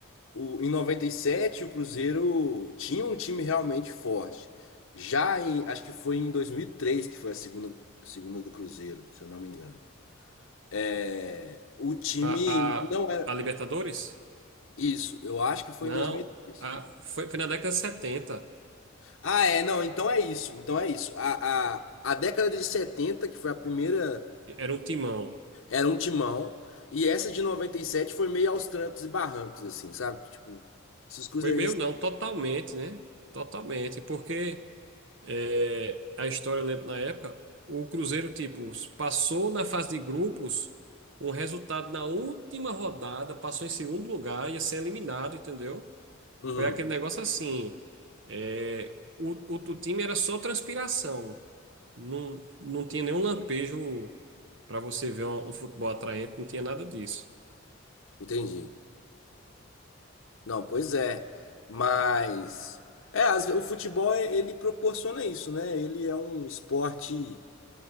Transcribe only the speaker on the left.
o, em 97, o Cruzeiro tinha um time realmente forte. Já em, acho que foi em 2003 que foi a segunda, segunda do Cruzeiro, se eu não me engano. É, o time
não
era
isso, eu acho que foi
em 2003.
Ah, é, não, então é isso, então é isso. A, a, a década de 70, que foi a primeira,
era um timão, e essa de 97 foi meio aos trancos e barrancos, assim, sabe? Tipo, esses cruzeirenses.
Uhum,
entendi. Não, pois é. Mas é, às ve- o futebol é- ele proporciona isso, né? Ele é um esporte